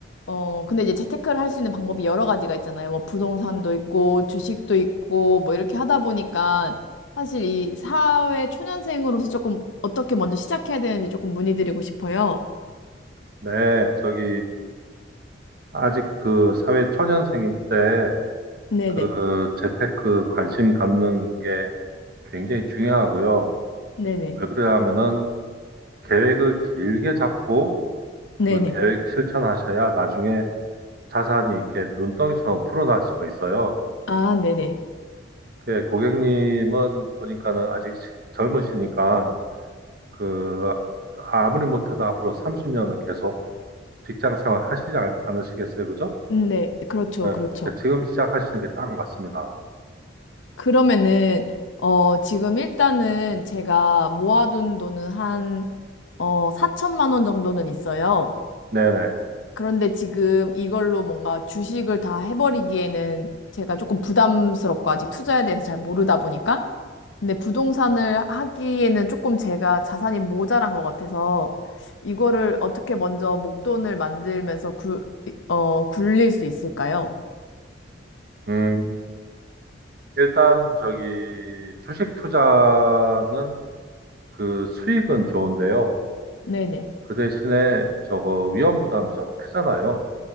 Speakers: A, on the left; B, on the right.
A: 어, 근데 이제 재테크를 할 수 있는 방법이 여러 가지가 있잖아요. 뭐 부동산도 있고 주식도 있고 뭐 이렇게 하다 보니까 사실 이 사회 초년생으로서 조금 어떻게 먼저 시작해야 되는지 조금 문의드리고 싶어요.
B: 네, 저기, 아직 그 사회 초년생일 때
A: 네네.
B: 그 재테크 관심 갖는 게 굉장히 중요하고요.
A: 네네.
B: 왜 그러냐면은 계획을 길게 잡고
A: 네네.
B: 그 계획 실천하셔야 나중에 자산이 이렇게 눈덩이처럼 풀어날 수가 있어요.
A: 아, 네네.
B: 그 고객님은 보니까는 아직 시- 젊으시니까 그 아무리 못해도 앞으로 30년은 계속 직장 생활 하시지 않, 않으시겠어요? 그죠?
A: 음, 네. 그렇죠.
B: 네.
A: 그렇죠.
B: 네, 지금 시작하시는 게 딱 맞습니다.
A: 그러면은 어, 지금 일단은 제가 모아둔 돈은 한 어, 4천만 원 정도는 있어요.
B: 네네.
A: 그런데 지금 이걸로 뭔가 주식을 다 해버리기에는 제가 조금 부담스럽고 아직 투자에 대해서 잘 모르다 보니까. 근데 부동산을 하기에는 조금 제가 자산이 모자란 것 같아서 이거를 어떻게 먼저 목돈을 만들면서 굴, 어, 굴릴 수 있을까요?
B: 음, 일단 저기 주식 투자는 그 수익은 좋은데요.
A: 네네.
B: 그 대신에 저거 위험 부담이 좀 크잖아요.